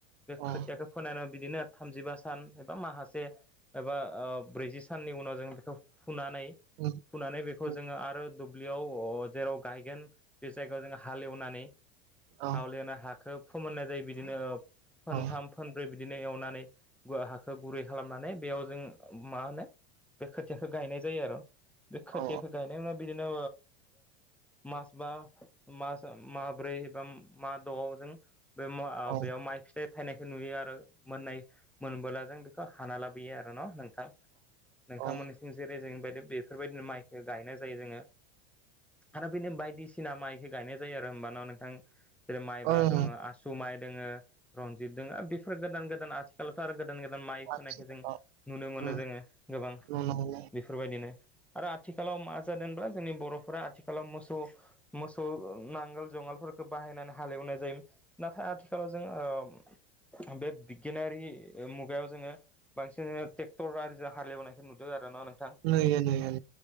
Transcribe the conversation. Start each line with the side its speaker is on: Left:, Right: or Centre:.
Centre: बे
Right: औ
Centre: खोथियाखौ फोनानै बिदिनो थामजिबा सान एबा माखासे एबा ब्रैजि साननि उनाव जों बेखौ फुनानै
Right: उम
Centre: फुनानै बेखौ
Right: उम
Centre: जोङो आरो दुब्लियाव अ जेराव गायगोन बे जायगायाव जों हालेवनानै
Right: औ
Centre: हालेवनानै हाखौ फोमोननाय जायो बिदिनो ओ फोनथाम
Right: औ
Centre: फोनब्रै बि दिनो एवनानै हाखौ गुरै खालामनानै बेयाव जों मा होनो बे खोथियाखौ गायनाय जायो आरो बे खोथियाखौ
Right: औ
Centre: गायनायावा बिदिनो मास बा मास माब्रै बा मा द' जों बे
Right: औ
Centre: बेयाव माइ फि थाइ थाइनायखौ नुयो आरो मोननाय मोनबोला जों बेखौ हाना लाबोयो आरो न' नों नोंथां नोंथांमोननिसिं
Right: औ ओं
Centre: जेरै जोंबायदि बेफोरबायदिनो माइखो गायनाय जायो जोङो। आरो बिनो बायदिसिना माइखौ गायनाय जायो आरो होमबा न' नोंथां? जेरै माइब्रा
Right: ओं
Centre: दङ आसु माइ दोङो रनजित दोङो बेफोर गोदान गोदान आथिखालावथ' आरो गोदान गोदान माइ फोनायखौ
Right: आथिखालाव
Centre: जों नुनो मोनो
Right: उम
Centre: जोङो गोबां
Right: नुनो मोनो
Centre: बेफोरबायदिनो। आरो आथिखालाव मा जादों होनब्ला जोंनि बर'फोरा आथिखालाव मोसौ-मोसौ नांगोल जगालफोरखौ बाहायनानै हालेवनाय जायोम नाथाय आथिखालाव जों ओम बे बिगियानारि मुगायाव जोङो बांसिन ट्रेक्टर आरि जा हालेवनायखौ नुदों आरो। मोंनङा नोंथां
Right: नुयो नुयो